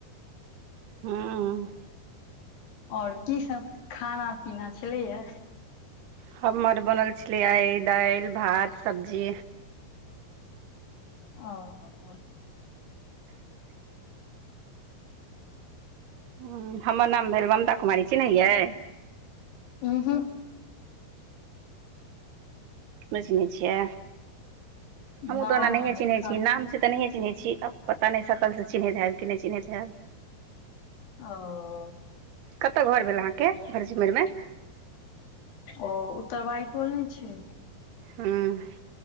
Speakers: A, on the right; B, on the left.
A: हुं-
B: और की सब खानाऽ पीना छलैयैऽ?
A: हमर बनल छलैयै आय दाइल, भात, सब्जी।
B: ओ- <unintelligible>
A: हं, हमर नाम भेल ममता कुमारी चिन्हैहियै?
B: उहुं।
A: नय चिन्है छियै? हमहुँ
B: नहि
A: तऽ ओना नहिएं चिन्है
B: एखन
A: छीयै, नाम से तऽ नहिए चिन्हैत छी। आब पता नय सकल से चिन्हैत हैब कि नय चिन्हैत हैब?
B: ओ-
A: कत्त घर भेल अहाँके भरसिम्मरमे?
B: ओ उत्तरवाइ टोल नय छै।
A: हुं।